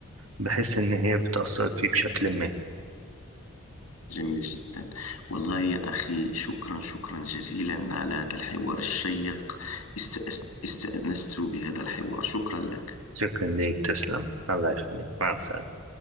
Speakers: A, on the right; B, on the left.
A: بحس إن هي بتأثر فيه بشكل ما
B: جميل جدا والله يا أخي شكرا شكرا جزيلا على هذا الحوار الشيق است- أس- استأنست بهذا الحوار شكرا لك
A: شكرا ليك تسلم الله يخليك مع السلامة